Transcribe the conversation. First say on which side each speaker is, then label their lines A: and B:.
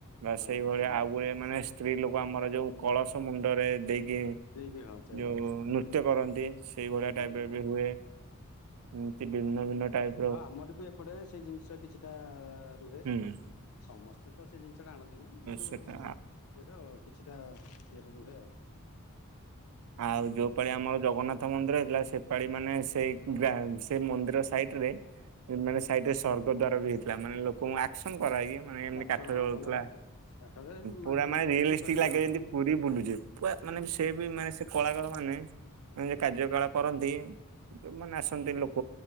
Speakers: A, on the right; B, on the left.
A: ବାସ୍
B: ହଁ
A: ସେଇଭଳିଆ
B: ସେଇ ଜିନିଷ
A: ଆଉ
B: ଟା
A: ଉଏ ମାନେ ସ୍ତ୍ରୀ ଲୋକ ଆମର ଯୋଉ କଳସ ମୁଣ୍ଡରେ ଦେଇକି
B: ଦେଇକି ହଁ ଚା
A: ଯୋଉ
B: ଯାଉଥିବେ ହଁ।
A: ନୃତ୍ୟ କରନ୍ତି। ସେଇ ଭଳିଆ
B: ହଁ
A: ଟାଇପ ରେ ବି ହୁଏ। ଏମିତି ଭିନ୍ନ ଭିନ୍ନ ଟାଇପ
B: ହଁ ଆମର ବି ଏପଟେ ସେଇ ଜିନିଷ କିଛିଟା ରୁହେ।
A: ହୁଁ
B: ସମସ୍ତେ ତ ସେ ଜିନିଷ ଟା ଆଣନ୍ତି ନାହିଁ କି ଯୋଉ
A: ସେଟା
B: ଇଏର କିଛିଟା ଇଏରେ ରୁହେ ଆଉ।
A: ଆଉ ଯୋଉପାଳି ଆମର ଜଗନ୍ନାଥ ମନ୍ଦିର ହେଇଥିଲା ସେପାଳି ମାନେ ସେଇ ଗ ସେ ମନ୍ଦିର ସାଇଟ ରେ ପିମେଲେ ସାଇଡ୍ ରେ ସ୍ଵର୍ଗଦ୍ୱାର ବି ହେଇଥିଲା ମାନେ ଲୋକଙ୍କୁ ଆକ୍ସନ କରାହେଇକି ମାନେ ଏମତି
B: ଆକ୍ସନ
A: କାଠ ଜଳୁଥିଲା
B: ହଁ ମାନେ କାଠରେ ମା
A: ପୁରା ମାନେ
B: ମୂର୍ତ୍ତି
A: ରିୟଲି ଦେଖିକି
B: କରିକି
A: ଲାଗିବ
B: ଆଉ
A: ଯେମିତି ପୁରୀ ବୁଲୁଛୁ। ପୁରା ମାନେ
B: ବୁଲୁଛୁ।
A: ସେ ବି ମାନେ ସେ କଳାକାର ମାନେ କାର୍ଯ୍ୟ କଳା କରନ୍ତି। ଯୋଉମାନେ ଆସନ୍ତି ଲୋକ